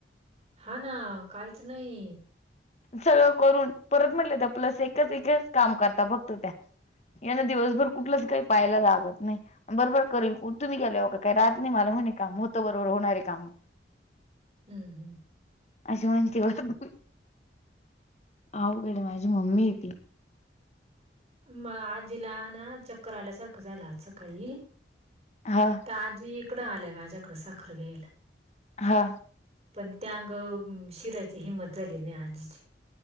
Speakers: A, on the right (about 35°); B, on the left (about 40°).
A: हा ना काहीच नाही
B: सगळं करून परत म्हटले त्या प्लस एकच एकच काम करता फक्त त्या यांना दिवसभर कुठलंच काही पाहायला लागत नाही बरोबर करील तुम्ही गेल्या हो कां काय रात नाही मला म्हणे काम होतं बरोबर होणारे काम <unintelligible>
A: हम्म हम्म
B: अशी म्हणती बघ अवघड आहे माझी मम्मी होेतती
A: मग आजीला ना चक्कर आल्यासारखं झालं आज सकाळी
B: हा
A: आज्जी इकडं आल्याय माझ्याकडं साखर घेईल.
B: हा
A: पण त्या अग शिरायची हिंमत झाली नाही आजीची